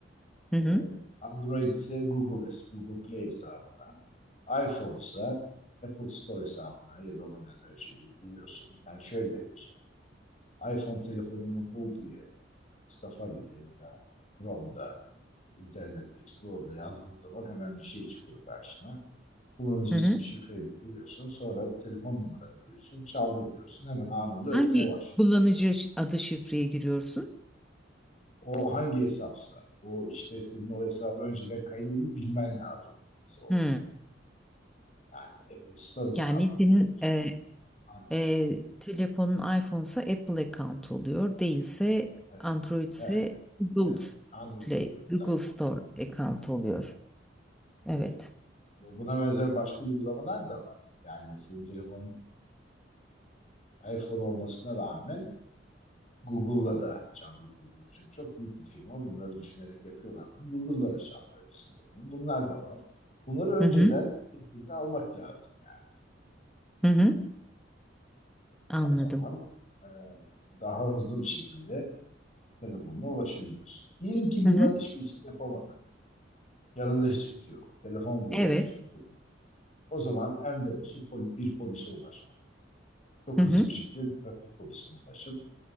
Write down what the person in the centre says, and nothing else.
Hı hı.
Hı
hı.
Hangi
kullanıcı ş- adı şifreye giriyorsun?
Hmm.
Yani senin
e,
e, telefonun iPhone'sa Apple account oluyor. Değilse
Android ise
Google
S-
Play, Google
Store account oluyor.
Evet.
Hı hı.
Hı hı. Anladım.
Hı hı.
Evet.
Hı hı.